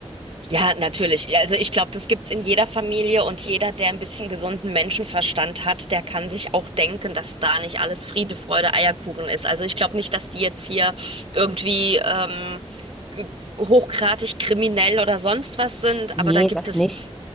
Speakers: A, on the right (about 55°); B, in the centre.
A: Ja, natürlich. Ja, Also ich glaube, das gibt's in jeder Familie und jeder, der ein bisschen gesunden Menschenverstand hat, der kann sich auch denken, dass da nicht alles Friede, Freude, Eierkuchen ist. Also ich glaube nicht, dass die jetzt hier irgendwie ähm, g- hochgradig kriminell oder sonst was sind,
B: Nee,
A: aber da gibt
B: das
A: es
B: nicht.